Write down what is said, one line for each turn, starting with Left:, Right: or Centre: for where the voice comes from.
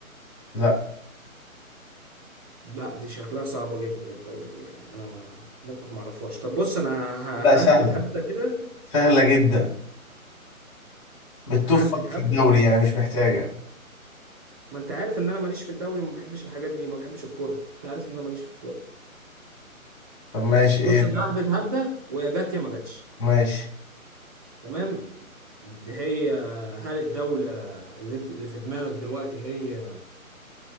Left: لا
Right: لا دي شكلها صعبة جدا الدولة دي يعني انا ما ممكن ما اعرفهاش طب بص انا ه-
Left: لا سهلة
Right: ههبد هبدة كده
Left: سهلة جدا من التوب
Right: ههبد
Left: فايف في
Right: هبدة
Left: الدوري يعني مش محتاجة
Right: ما انت عارف ان انا ماليش في الدوري ما بحبش الحاجات دي ما بحبش الكورة انت عارف ان انا ماليش في الكورة
Left: طب ماشي ايه
Right: بص
Left: ده
Right: انا ههبد هبدة ويا جت يا ما جاتش
Left: ماشي
Right: تمام دي هي هل الدولة اللي اللي في دماغك دلوقتي هي